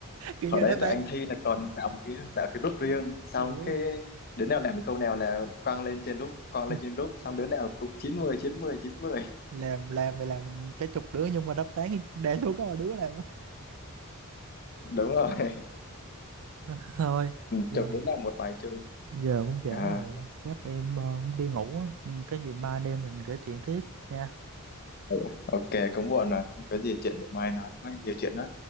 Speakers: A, on the right (about 65°); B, on the left (about 45°).
A: kiểu
B: hồi
A: như
B: đấy
A: đáp
B: tụi
A: án
B: anh thi là còn tạo một cái tạo cái group riêng xong
A: dạ đúng
B: cái
A: rồi
B: đứa nào làm cái câu nào là quăng lên trên group quăng
A: <laughs>
B: lên trên group xong đứa nào cũng chín chín mươi chín mươi chín mươi
A: làm làm thì làm cái chục đứa nhưng mà đáp án đa số có một đứa làm á.
B: đúng rồi <laughs>
A: <laughs> thôi giờ
B: chụp đứa nào một bài chung
A: giờ cũng trễ
B: à
A: rồi chắc em ờ, cũng đi ngủ á Ừ, cái gì mai anh em mình kể chuyện tiếp nha
B: ừ, ok cũng buồn rồi Không có gì chuyện để mai nói mai nhiều chuyện đó